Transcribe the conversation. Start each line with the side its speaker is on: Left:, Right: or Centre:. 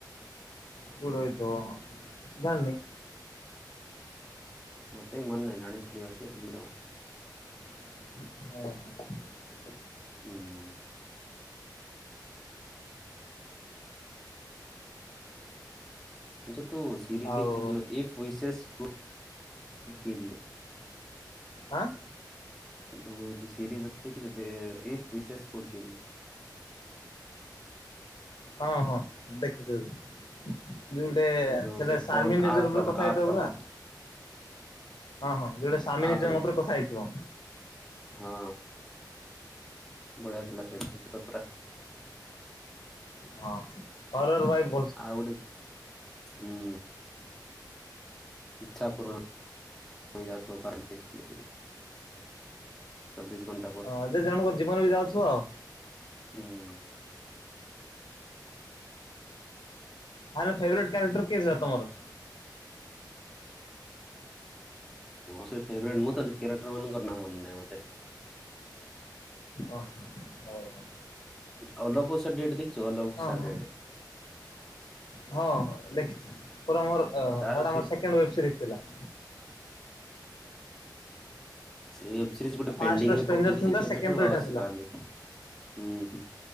Left: କୋଉଠି ହେଇଥିବ ଜାଣିନି।
Centre: ମୋତେ ବି ମନ ନାହିଁ। ଜାଣିଥିଲି <unintelligible> କି ଖୁଲି ଯା
Left: ଓହୋ।
Centre: ହୁଁ। ଯତୁ ସିରିିଜ
Left: ଆଉ
Centre: ଦେଖିଛ ଯେ ଏଫ ଇସେସ୍ କୋ କିଲେ। <unintelligible>
Left: ଆଁ
Centre: ଯୋଉ ସିରିଜ ଅଛି ଦେଖିଛ? ଏକ ବିସ ସ୍କୋର କିଲ?
Left: ହଁ, ହଁ ଦେଖିଥିଲି। ଯେ ଗୋଟେ
Centre: ଯୋଉ
Left: ସେଟା
Centre: ସେ
Left: ସାରମେନେଜର
Centre: ଫୋନ୍ ଆପ୍
Left: ଉପରେ
Centre: ବାଲା
Left: କଥା ହେଇଥିବ
Centre: ଆପ୍ ବାଲା
Left: ପୁରା? ହଁ, ହଁ ଯୋଉଟା ସାରମେନେଜମ
Centre: ଆପ୍ ଥିବ
Left: ଉପରେ କଥା ହେଇଥିବ।
Centre: ହଁ, ବଢିଆ ଥିଲା ସେଇଟା ଦେଖି ଥିବ ପରା?
Left: ହଁ। ହୋରେର <unintelligible>
Centre: ଆଉ ଗୋଟେ ହୁଁ ଇଚ୍ଛା ପୂର୍ଣ <unintelligible> ହୋଇ କରି ଚବିଶ ଘଣ୍ଟ
Left: ହଁ, ଯେ ଜଣଙ୍କ ଜୀବନ ବି ଯାଉଥିବ ଆଉ।
Centre: ହୁଁ।
Left: ୟାର ଫେଭରେଟ କ୍ୟାରେଟର କିଏ ଥିଲା ତମର?
Centre: ମୋର ସେ ଫେବରେଟ୍। ମୁଁ ତା କ୍ୟାରେକ୍ଟର ମାନଙ୍କର ନାଁ ମନେନାହିଁ ମୋତେ।
Left: ଓ ହୋ ହଉ।
Centre: ହୁଁ, <unintelligible> ଦେଖିଛ <unintelligible>
Left: ହଉ ହଁ ହଁ ଦେଖିଛି ପୁରା ଆମର ସେଟା
Centre: ତାର ସେ
Left: ଆମର ସେକେଣ୍ଡ ୱେବ୍ ସିରିଜ ଥିଲା।
Centre: ସେ ୱେବ୍ ସିରିଜ ଗୋଟେ
Left: ଫାଷ୍ଟ
Centre: ପେଣ୍ଡିଙ୍ଗରେ
Left: ର ଷ୍ଟ୍ରେଞ୍ଜର
Centre: ପକେଇ ଦେଇଛି
Left: ଥିଲା
Centre: କେବେଠାରୁ
Left: ସେକେଣ୍ଡ ର ଏଇଟା
Centre: ଆଉ ଆସିପାରୁନି।
Left: ଥିଲା।
Centre: ହୁଁ।